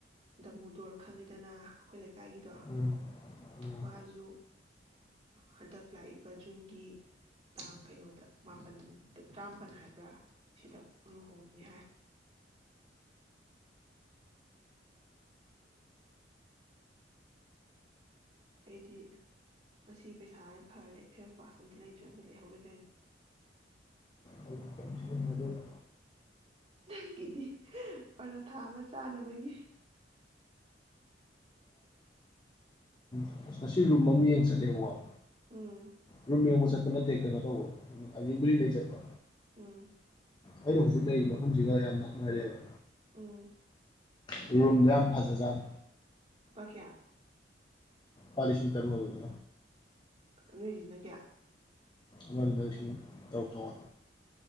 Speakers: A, on the right; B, on the left.
A: ꯗꯃꯨꯗꯣꯔ ꯈꯪꯉꯤꯗꯅ ꯑꯩꯈꯣꯏ ꯂꯩꯀꯥꯏꯒꯤꯗꯣ
B: ꯎꯝ ꯎꯝ
A: ꯃꯥꯖ ꯍꯟꯗꯛ ꯂꯥꯛꯏꯕ ꯖꯨꯟꯒꯤ ꯇꯥꯡ ꯀꯩꯅꯣꯗ ꯃꯥꯄꯜꯗ ꯇꯔꯥꯃꯥꯄꯜ ꯍꯥꯏꯕ꯭ꯔꯥ ꯁꯤꯗ ꯂꯨꯍꯣꯡꯉꯅꯤ ꯍꯥꯏ ꯑꯩꯗꯤ ꯃꯁꯤ ꯄꯩꯁꯥ ꯐꯔꯦ ꯑꯩ ꯐꯦꯁ ꯋꯥꯁ ꯑꯝꯇ ꯂꯩꯇ꯭ꯔꯦ ꯑꯝꯇ ꯂꯩꯍꯧꯒꯗꯣꯏꯅꯦ
B: ꯑꯩꯗꯤ ꯀꯩꯝ ꯁꯤꯖꯤꯟꯅꯗꯦꯗ
A: ꯅꯪꯒꯤꯗꯤ ꯑꯣꯖꯥ ꯊꯥ ꯑꯃ ꯆꯥꯅꯕꯒꯤ
B: ꯑ ꯉꯁꯤ ꯔꯨꯝ ꯑꯃ ꯌꯦꯡ ꯆꯠꯂꯦꯕ
A: ꯎꯝ
B: ꯔꯣꯝꯃꯤꯌ ꯃꯣꯁꯛ ꯑꯗꯨ ꯅꯠꯇꯦ ꯀꯩꯅꯣ ꯇꯧꯕ ꯑ ꯒꯂꯤ ꯂꯩ ꯆꯠꯄ
A: ꯎꯝ
B: ꯑꯩꯅ ꯍꯧꯖꯤꯛ ꯂꯩꯔꯤꯕ ꯃꯐꯝꯁꯤꯒ ꯌꯥꯝ ꯅꯛꯅꯔꯦꯕ
A: ꯑꯣ
B: ꯑꯩꯌꯣꯟꯗ ꯌꯥꯝ ꯐꯖꯖꯥꯥꯟ
A: ꯀꯄꯥ ꯀꯌꯥ
B: ꯄꯣꯂꯤꯤꯁꯤꯤꯡ ꯇꯔꯨ ꯑꯣꯏ ꯑꯗꯨ
A: ꯑꯗꯨꯒꯤꯁꯤꯅ ꯀꯌꯥ
B: ꯉꯅꯤꯁꯤ ꯇꯧ ꯆꯣꯉ